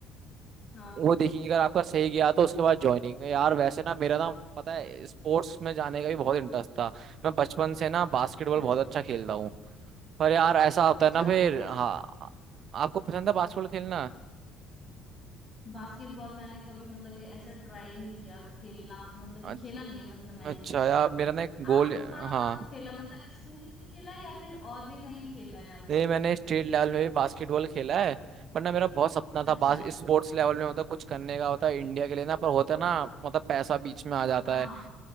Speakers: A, on the left (about 20°); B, on the right (about 45°).
A: हाँ
B: वो देखेंगे अगर आपका सही गया तो उसके बाद ज्वाइनिंग यार वैसे ना मेरा ना पता है स्पोर्ट्स में जाने का भी बहुत इंटरेस्ट था मैं बचपन से ना बास्केटबॉल
A: अच्छा
B: बहुत अच्छा खेलता हूँ पर यार ऐसा होता
A: अच्छा
B: है ना फिर
A: आप बास,
B: हाँ आपको पसंद है बास्केटबॉल खेलना
A: बास्केटबॉल मैंने कभी मतलब ये ऐसा ट्राई नहीं किया खेलना मतलब कि
B: अच्छ-
A: खेला नहीं है मतलब मैंने
B: अच्छा
A: ऐसे
B: यार मेरा ना एक
A: आपने
B: गोल
A: कहाँ कहाँ
B: हाँ
A: खेला मतलब स्कूल में ही खेला या फिर और भी कहीं खेला है आपने
B: ये मैंने स्टेट लेवल में भी बास्केटबॉल खेला है पर ना मेरा बहुत सपना था
A: अच्छा
B: बास स्पोर्ट्स लेवल में होता कुछ करने का होता है इंडिया के लिए ना पर होता है ना मतलब पैसा बीच में आ जाता
A: हाँ
B: है
A: हाँ